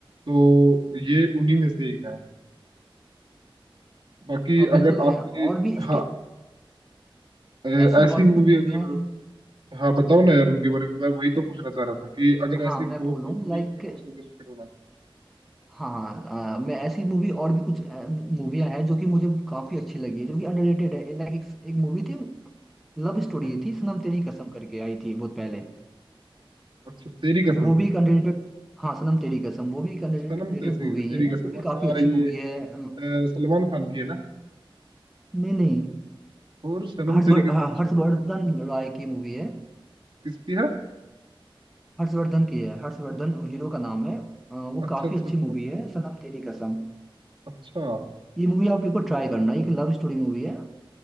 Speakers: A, on the right; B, in the centre.
A: तो ये उन्हीं में से एक है बाकी
B: हाँ बिल्कुल
A: अगर
B: अ,
A: आपकी
B: और भी इसके
A: हाँ अ,
B: ऐसी
A: ऐसी
B: और भी
A: मूवी
B: कुछ मूवियाँ
A: अगर
B: हैं जो
A: हाँ बताओ ना यार उनके बारे में मैं वही तो पूछना चाह रहा था कि अगर
B: हाँ
A: ऐसी
B: मैं
A: और
B: बोल
A: कोई
B: रहा हूँ
A: मूवी
B: लाइक
A: हो तो मेरे को सजेस्ट करो ना
B: हाँ हाँ, अ, मैं ऐसी मूवी और भी कुछ मूवियाँ हैं जो कि मुझे काफी अच्छी लगी है जो कि अंडररेटेड है लाइक एक, एक मूवी थी लव स्टोरी
A: हम्म
B: थी सनम तेरी कसम करके आई थी बहुत पहले
A: अच्छा तेरी कसम
B: वो भी एक अंडररेटेड हाँ सनम तेरी कसम वो भी एक अंडररेटेड
A: सनम तेरी
B: मूवी
A: तेरी
B: है वो
A: कसम
B: भी
A: अच्छा
B: काफी अच्छी
A: ये
B: मूवी है अ,
A: अ, सलमान खान की है ना
B: नहीं नहीं
A: और सनम
B: हर्षवर
A: तेरी कसम
B: ह-
A: तो शायद
B: हर्षवर्धन रॉय की मूवी है
A: किसकी है
B: हर्षवर्धन की है हर्षवर्धन हीरो का नाम है अ, वो
A: अच्छा
B: काफी
A: अच्छा
B: अच्छी
A: अच्छा
B: मूवी है सनम तेरी कसम
A: अच्छा
B: ये मूवी आप एक बार ट्राई करना एक लव स्टोरी मूवी है